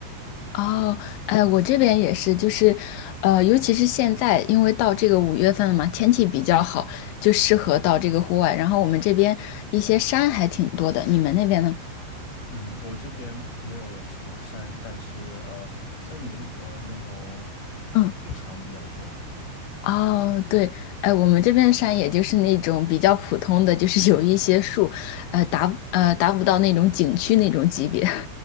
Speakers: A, on the left (about 75°); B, on the left (about 50°).
A: 哦，哎，我这边也是，就是，呃，尤其是现在，因为到这个五月份了嘛，天气比较好，就适合到这个户外。然后我们这边一些山还挺多的，你们那边呢？
B: 嗯，我这边没有什么山，但是呃，森林和那种
A: 嗯，
B: 牧场比较多。
A: 哦，对，哎，我们这边的山也就是那种比较普通的，就是有一些树，呃，达呃达不到那种景区那种级别。